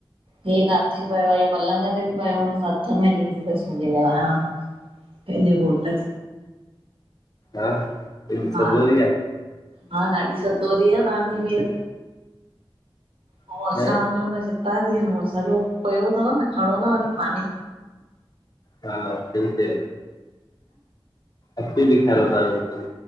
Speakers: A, on the right; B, on the left.
A: हे काथे पयो आ, हे पलंग ते बि पयो हुंदो त हथ में ॾींदी थसि मुंहिंजी निरांण। पहिजें घोट खे
B: हा केङी
A: हा
B: सदोरी आ।
A: हा, ॾाढी सधोरी आ तव्हांजी भेण। पोइ
B: आहे
A: असां वञूं त छित्ता थी वञो, सॼो पियो तव न खणो न वञी पाणई
B: हा, सही चए, अची ॾिखारो तव्हां